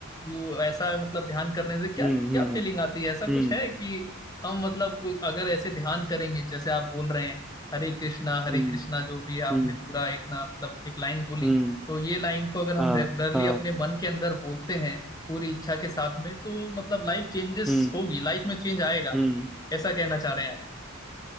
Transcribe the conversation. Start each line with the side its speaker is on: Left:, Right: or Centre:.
Left: वो ऐसा मतलब ध्यान करने से क्या
Centre: हम्म
Left: क्या
Centre: हम्म
Left: फीलिंग आती है ऐसा कुछ
Centre: हम्म
Left: है कि हम मतलब अगर ऐसे ध्यान करेंगे जैसे आप बोल रहे हैं हरे कृष्णा हरे
Centre: हम्म
Left: कृष्णा जो भी आपने
Centre: हम्म
Left: पूरा एक ना मतलब एक लाइन बोली
Centre: हम्म,
Left: तो ये लाइन को अगर हम
Centre: हाँ
Left: रेगुलरली
Centre: हाँ
Left: अपने मन के अंदर बोलते हैं पूरी इच्छा के साथ में तो मतलब लाइफ चेंजेस
Centre: हम्म
Left: होगी लाइफ में चेंज आएगा
Centre: हम्म
Left: ऐसा कहना चाह रहे हैं आप